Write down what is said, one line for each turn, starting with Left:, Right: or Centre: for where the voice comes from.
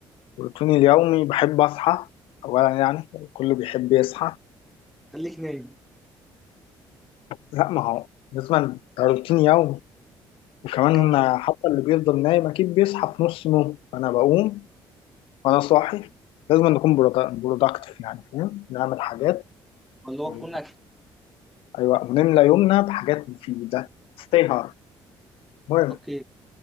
Left: روتيني اليومي بحب أصحى أولا يعني كله بيحب يصحى
Centre: خليك نايم
Left: لا ما هو لازم ده روتين يومي وكمان
Centre: كمل
Left: حتى اللي بيفضل نايم أكيد بيصحى في نص نوم فأنا بقوم وأنا صاحي لازم نكون برودكتيف يعني فاهم نعمل حاجات
Centre: اللي هو
Left: ون-
Centre: تكون أكتف
Left: أيوة ونملى يومنا بحاجات مفيدة ستي هارد المهم
Centre: أوكي